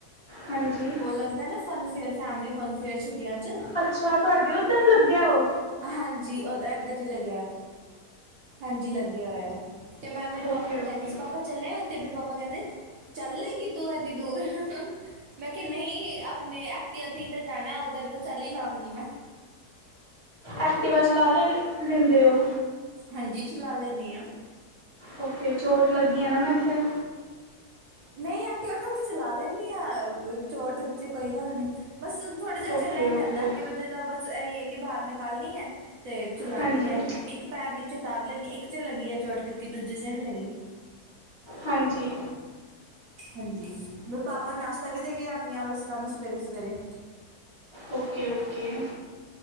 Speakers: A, on the left; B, on the right.
A: ਹਾਂਜੀ।
B: ਔ ਲੱਗਦੈ ਨਾ fun fair, family fun fair ਛੁੱਟੀਆਂ 'ਚ।
A: ਅੱਛਾ! ਤੁਆਡੇ ਔਧਰ ਲੱਗਿਐ ਔ।
B: ਹਾਂਜੀ, ਔ ਤਾਂ ਏਧਰ ਈ ਲੱਗਿਐ। ਹਾਂਜੀ ਲੱਗਿਆ ਹੋਇਐ। ਤੇ ਮੈਂ ਮੇਰੇ ਪਾਪਾ
A: ਓਕੇ
B: ਨੂੰ
A: ਓਕੇ
B: ਕੈਂਦੀ ਸੀ ਪਾਪਾ ਚਲੇਂ ਔਥੇ ਫੇਰ ਪਾਪਾ ਕੈਂਦੇ ਚੱਲ ਲੇਂਗੀ ਤੂੰ ਐਨੀ ਦੂਰ? ਮੈਂ ਕਿਆ ਨਹੀਂ ਆਪਣੇ ਐਕਟੀਵਾ ਤੇ ਹੀ ਤਾਂ ਜਾਣੈ ਉੱਧਰ ਤੇ ਚਲ ਹੀ ਲਾਂਗੀ ਮੈਂ।
A: ਐਕਟੀਵਾ ਚਲਾ ਲਿਆਰ ਲੈਂਦੇ ਔ?
B: ਹਾਂਜੀ, ਚਲਾ ਲੈਂਨੀ ਆਂ।
A: ਔਕੇ ਚੋਟ ਲੱਗੀ ਆ ਨਾ ਮੈਂ ਕਿਆ।
B: ਨਈ ਐਕਟੀਵਾ ਤੇ ਮੈਂ ਅਪਣੀ ਚਲਾ ਲੈਂਨੀ ਆ ਚੋਟ ਵਿੱਚ ਕੋਈ ਗੱਲ ਨੀ। ਬਸ ਹੁਨ ਥੋੜ੍ਹਾ ਜਿਹਾ
A: ਓਕੇ
B: ਚੱਲਿਆ ਨ
A: ਓਕੇ
B: ਜਾਂਦਾ ਐਕਟੀਵਾ ਦੇ ਤਾ ਬਸ ਇਹੀ ਐ ਕਿ ਬਾਹਰ ਨਕਾਲਣੀ ਐ। ਤੇ ਚਲਾਣੀ
A: ਹਾਂਜੀ
B: ਆਂ। ਇੱਕ ਪੈਰ ਨੀਚੇ ਤਾਰ ਲੈਂਨੀ ਅ। ਇੱਕ 'ਚ ਲਗੀ ਐ ਚੋਟ ਕਿਉਂਕਿ ਦੂਜੇ 'ਚ ਨੀ ਲੱਗੀ।
A: ਹਾਂਜੀ।
B: ਹਾਂਜੀ ਮੇਰੇ ਪਾਪਾ ਨੂੰ ਨਾਸ਼ਤਾ ਵੀ ਦੇ ਕੇ ਜਾਂਨੀ ਆਂ ਵੈਸ ਤਾਂ ਮੈਂ ਸਵੇਰੇ-ਸਵੇਰੇ।
A: ਔਕੇ-ਔਕੇ